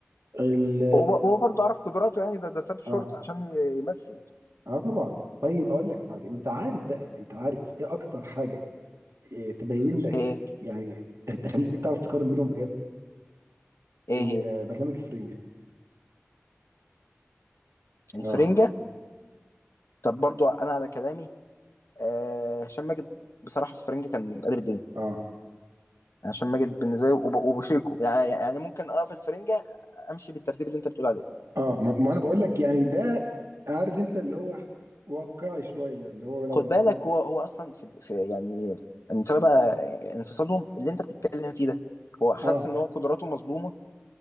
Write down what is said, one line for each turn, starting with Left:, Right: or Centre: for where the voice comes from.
Right: ال
Left: هو ب- هو برضه عارف قدراته يعني ده ده ساب شورت
Right: اه
Left: عشان ي- يمثل
Right: اه طبعا طيب هقول لك حاجه انت عارف بقى انت عارف ايه اكتر حاجه إيه، تبين لك
Left: ايه
Right: يعني ت- تخليك تعرف تقارن بينهم بجد
Left: ايه
Right: البرنامج
Left: هي
Right: الفرنجة
Left: الفرنجة
Right: اه
Left: طب برضه انا على كلامي آه هشام ماجد بصراحة في الفرنجة كان قلب الدنيا
Right: اه
Left: يعني هشام ماجد بالنسبة لي وب- وبوشيكو يعني يعني ممكن اه في الفرنجة امشي بالترتيب اللي انت بتقول عليه
Right: اه ما, ما انا بقول لك يعني ده عارف انت اللي هو واقعي شوية اللي هو لو
Left: خد
Right: ركزت-
Left: بالك هو هو اصلا في, في يعني من سبب آه، انفصالهم اللي انت بتتكلم فيه ده هو حس
Right: اه
Left: ان هو قدراته مظلومة